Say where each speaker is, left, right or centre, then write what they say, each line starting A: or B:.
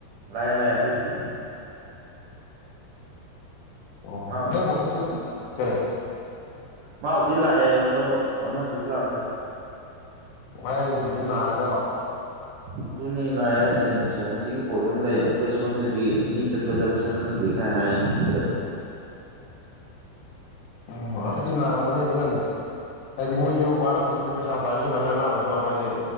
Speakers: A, on the right (about 70°); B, on the left (about 75°).
A: ꯂꯥꯛꯑꯦ ꯂꯥꯛꯑꯦ ꯑꯗꯨꯕꯨꯗꯤ
B: ꯑꯣ
A: ꯃꯥ
B: ꯅꯣꯏ ꯕꯣꯛꯇꯤ <unintelligible> ꯀꯔꯤ
A: ꯃꯥꯕꯨꯗꯤ ꯂꯥꯛꯑꯦꯕ ꯑꯗꯣ ꯑꯁ ꯑꯃꯗꯨꯗꯤ ꯂꯥꯛꯇ꯭ꯔꯦ
B: ꯃꯥꯢ ꯅꯨꯄꯤꯗꯣ ꯅꯥꯔꯖꯥꯠꯂꯣ
A: ꯑꯗꯨꯅꯤ ꯅꯥꯏ ꯍꯥꯏꯁꯦ ꯁꯥꯏꯀꯔꯇꯤꯒꯤ ꯄ꯭ꯔꯣꯕ꯭ꯂꯦꯝ ꯂꯩ ꯑꯩꯈꯣꯏ ꯁꯣꯝꯗꯒꯤ ꯃꯤ ꯆꯠꯄꯗ ꯃꯁꯛ ꯈꯪꯗꯦ ꯗꯥꯏ ꯍꯥꯏꯌꯦ ꯍꯟꯇꯛ
B: ꯑꯣ ꯑꯗꯨꯗꯤ ꯅꯔꯝꯃꯅꯤ ꯑꯗꯨꯅꯅꯦ ꯍꯥꯏꯗꯤ ꯃꯣꯏꯁꯨ ꯋꯥꯔꯝꯗꯨꯏꯅꯤꯗ ꯄꯩꯁꯥ ꯄꯥꯏꯔꯁꯨ ꯑꯗꯨꯃꯥꯏꯅ ꯑꯅꯥꯕ ꯑꯃ ꯌꯥꯎꯕ ꯍꯥꯏꯁꯦ